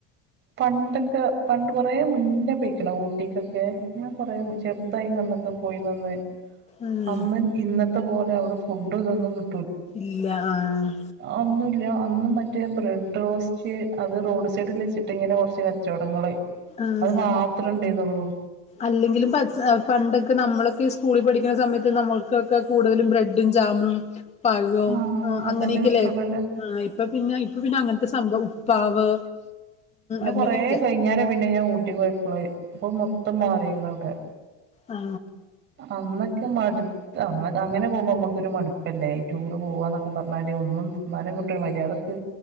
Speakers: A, on the right; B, on the left.
A: പണ്ടൊക്കെ പണ്ട് കൊറേ മുന്നെ പൊയ്ക്ക്ണ് ഊട്ടിക്കൊക്കെ ഞാൻ കൊറേ ചെറുതായിനന്നൊക്കെ പോയീന്നന്ന്
B: ആഹ്
A: അന്ന് ഇന്നത്തെ പോലെ അവ്ടെ ഫുഡ് തൊന്നും കി
B: ഇല്ല ആഹ്
A: ഒന്നൂല്ല അന്ന് മറ്റേ ബ്രെഡ് റോസ്റ്റ് റ്റ് അത് റോഡ് സൈഡില് വെച്ച്ട്ട്ങ്ങനെ കൊർച്ച് കച്ചോടങ്ങള്
B: ആഹ്
A: അത് മാത്രണ്ടെയ്നൊള്ളൂ
B: അല്ലെങ്കിലും പ പണ്ടൊക്കെ നമ്മളൊക്കീ സ്കൂളിൽ പഠിക്ക്ണ സമയത്ത് നമ്മൾക്കൊക്കെ കൂട്തലും ബ്ര ബ്രഡും ജാമും പഴോം
A: ആഹ്
B: അ
A: അതന്നെ
B: അങ്ങനെക്കല്ലേ
A: കിട്ടുള്ളൂല്ലേ
B: ആ ഇപ്പൊ പിന്നെ ഇപ്പൊ പിന്നെ അങ്ങനത്തെ സംഭവം ഉപ്പാവ് അങ്ങനെയൊക്കെ
A: കുറേ കഴിഞ്ഞേരേ പിന്നെ ഞാ ഊട്ടി പോയപോ ഇപ്പോൾ മൊത്തം മാറിയിരിക്കുന്നു അവിടെ
B: ആ
A: അന്നൊക്കെ മടുത്ത് അങ്ങനെ പോകുമ്പോ നമുക്കൊരു മടുപ്പല്ലേ ഈ ടൂറ് പോവാന്നൊക്കെ പറഞ്ഞാല് ഒന്നും തിന്നാനും കിട്ടൂല മര്യാതൊക്ക്